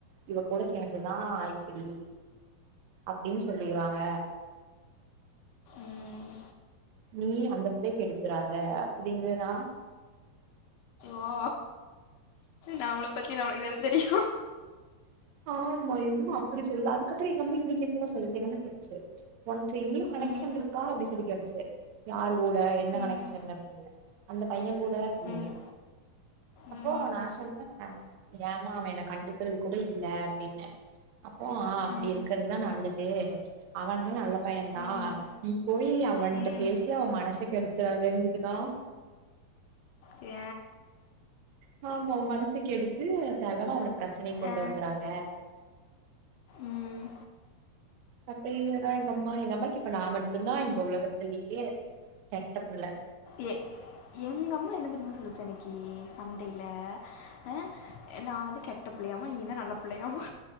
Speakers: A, on the right; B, on the left.
A: இவ கூட சேர்ந்துதா இப்படி அப்படின்னு சொல்லுவாங்க
B: ம்
A: நீ அந்த பிள்ளைக்கு கெடுத்துறாத அப்படிங்கறனா
B: ஓ நம்மள பத்தி நம்மளுக்கு தானே தெரியு
A: ஆமா என்ன அப்படி சொல்லுது அதுக்கப்புறோ எங்க அம்மா என்னல சொல்லிச்சு என்னனு கேட்டுச்சு உனக்கு எங்கேயோ கனெக்ஷன்
B: ம்
A: இருக்கா அப்படி சொல்லி கேட்டுச்சு யாரு கூட என்ன
B: ம்
A: கனெக்ஷன் அப்படின்னு அந்த பையன் கூட அப்படினே
B: ம்
A: அப்போ
B: ம்
A: நா சொன்னே ஏமா அவ எனக் கண்டுக்கிறது கூட இல்ல அப்படினே அப்போ அப்படி
B: ம்
A: இருக்கிறதுதா நல்லது அவனு நல்ல பயன்தா
B: ம்
A: நீ போயி அவனிட்ட
B: ம்
A: பேசி அவ மனச கெடுத்துறாதகுது டா
B: ஏ
A: நாம அவ மனச கெடுத்து தவறா அவனுக்கு பிரச்சனைைய கொண்டு
B: ஆ,
A: வந்துறாத
B: ம்
A: அப்பறோ இவுங்க தா எங்க அம்மா எங்க அம்மா கிட்ட நா மட்டு தா இந்த உலகத்திலேயே கெட்ட புள்ள
B: ஏ எங்க அம்மா என்ன தெரியுமா சொல்லு ச்சு அன்னைக்கு சண்டையில ஆ நா வந்து கெட்ட பிள்ளையாமா நீதா நல்ல பிள்ளையாமா